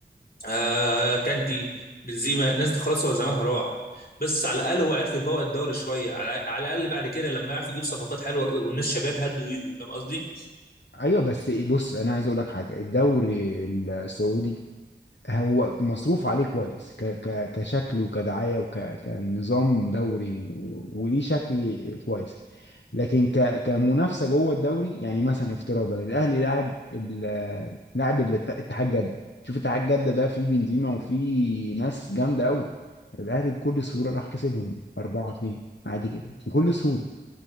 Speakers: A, on the left; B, on the left.
A: آه كانتي بنزيما الناس دي خلاص هو زمانها راح بس على الاقل هو عرف يفوق الدوري شويه على, على الاقل بعد كده لما يعرف يجيب صفقات حلوه والناس شباب هدوا ويجوا فاهم قصدي
B: أيوه بس بص أنا عايز أقول لك حاجة الدوري السعودي هو مصروف عليه كويس ك ك كشكل وكدعاية وكنظام دوري و- وليه شكل كويس لكن ك كمنافسة جوه الدوري يعني مثلا افتراضا الأهلي لاعب ال- لاعب الات- اتحاد جدة شوف اتحاد جدة ده فيه بنزيما وفيه ناس جامدة أوي الأهلي بكل سهولة راح كسبهم 4 2 عادي جدا بكل سهولة